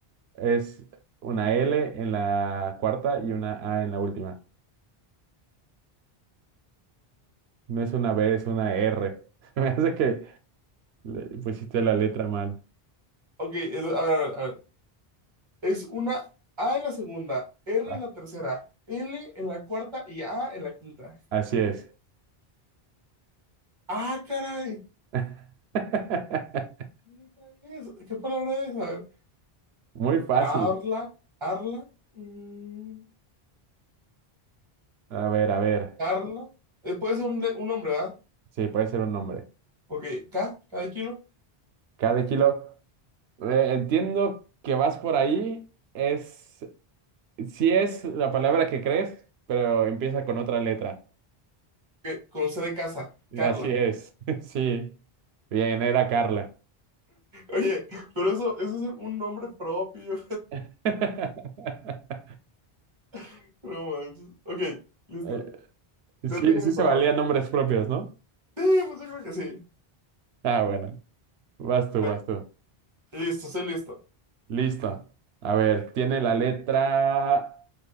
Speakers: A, on the right (about 85°); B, on the right (about 30°).
A: Es una L en la cuarta y una A en la última. No es una B, es una R. <laughs> Se me hace que le pusiste la letra mal.
B: Ok, entonces, a ver, a ver, a ver. Es una A en la segunda, R
A: Ah,
B: en la tercera, L en la cuarta y A en la quinta.
A: Así es.
B: Ah, caray.
A: <laughs>
B: ¿Qué trae eso? ¿Qué palabra es? A ver.
A: Muy fácil.
B: Arla, Arla, mm,
A: A ver, a ver.
B: Carla. Eh, puede ser un, le- un nombre, ¿va?
A: Sí, puede ser un nombre.
B: Ok, K, K de kilo.
A: Cada kilo. Eh, entiendo que vas por ahí. Es, sí es la palabra que crees, pero empieza con otra letra.
B: Ok, con C de casa, Carla.
A: Así es, <laughs> sí. Bien, era Carla.
B: Oye, pero eso, eso es un nombre propio.
A: <laughs>
B: <laughs> No manches. Ok, listo.
A: Eh, Sí,
B: Ya tengo
A: sí
B: mi
A: se
B: palabra.
A: valían nombres propios, ¿no?
B: Sí, pues yo creo que sí.
A: Ah, bueno. Vas tú,
B: Ok,
A: vas tú.
B: listo, estoy listo.
A: Listo. A ver, tiene la letra